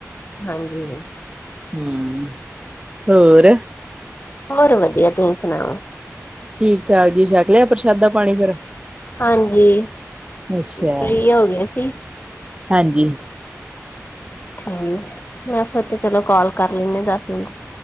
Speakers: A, on the left; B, on the right.
A: ਹਾਂਜੀ।
B: ਹਮ, ਹੋਰ
A: ਹੋਰ ਵਧੀਆ, ਤੁਸੀਂ ਸੁਣਾਓ।
B: ਠੀਕ- ਠਾਕ ਜੀ, ਛਕ ਲਿਆ ਪ੍ਰਸ਼ਾਦਾ ਪਾਣੀ ਫਿਰ
A: ਹਾਂਜੀ,
B: ਅੱਛਾ
A: ਫਰੀ ਹੋ ਗਏ ਸੀ।
B: ਹਾਂਜੀ।
A: ਠੀਕ, ਮੈਂ ਸੋਚਿਆ ਚਲੋ ਕੋਲ ਕਰ ਲੈਂਨੀ ਦਸ ਮਿੰਟ